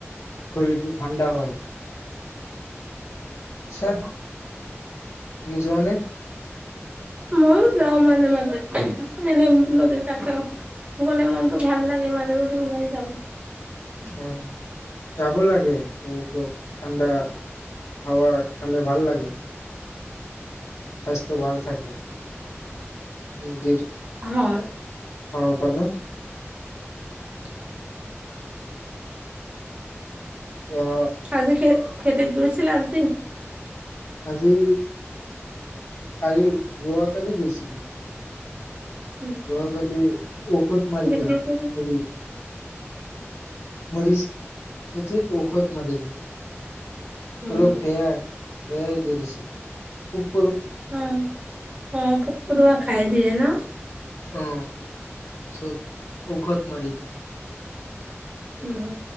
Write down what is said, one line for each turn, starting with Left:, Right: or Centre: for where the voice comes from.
Left: শৰীৰটো ঠাণ্ডা হয় পিছে
Right: উ
Left: তুমি যোৱাানে
Right: ময়ও যাওঁ মাজে মাজে এনে নদীৰ কাষেও গলে মনতটো ভাল লাগে মাজে মাজে ওলাই যাওঁ
Left: উ যাব লাগে কিন্তু ঠাণ্ডা হাৱা খালে ভাল লাগে স্বাস্থ্য ভাল থাকো নদীৰ
Right: হয়
Left: অ কলো
Right: কু
Left: আহ
Right: আজিকে খেতিত গৈছিলা আজিন
Left: আজি কালি যোৱাকালি গৈছিলোঁ
Right: এ
Left: ৰহ কাল ঔখত মাৰ
Right: বিক্ৰী
Left: দওঁ ম
Right: কৰি
Left: মৰি খতি ঔখত মাৰিলো
Right: পৰুৱা
Left: অলপ বেয়া বেয়াই দৰিছে পু
Right: অ অ পোক পৰুৱা খাই দিয়ে ন।
Left: অ পিছত ঔষধ মাৰি
Right: উ